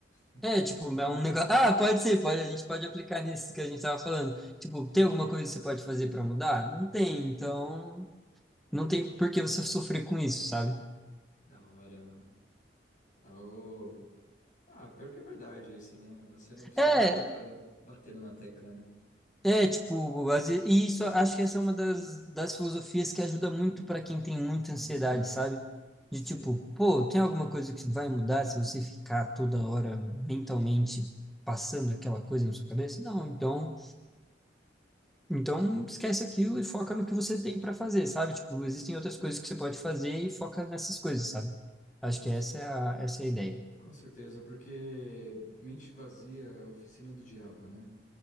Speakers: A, on the left; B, in the centre.
A: <laughs>
B: É, tipo,
A: Ok,
B: é um negócio.
A: gente.
B: Ah, pode ser, pode, a gente pode aplicar nisso que a gente tava falando. Tipo, tem alguma coisa que você pode fazer pra mudar? Não tem, então não tem por que você sofrer com isso, sabe?
A: Da hora, mano. Algo... Ah, pior que é verdade isso, né? Você não precisa
B: É,
A: ficar ba- batendo na tecla, né?
B: é, tipo, às vezes- e isso acho que essa é uma das, das filosofias que ajuda muito pra quem tem muita ansiedade, sabe?
A: Sim,
B: De tipo, pô, tem alguma coisa que vai mudar se você ficar toda hora mentalmente passando aquela coisa na sua cabeça? Não, então. Então, esquece aquilo e foca no que você tem para fazer, sabe? Tipo, existem outras coisas que você pode fazer e foca nessas coisas, sabe? Acho
A: com,
B: que essa
A: c-
B: é a, essa é a ideia.
A: com certeza, porque mente vazia é a oficina do diabo, né?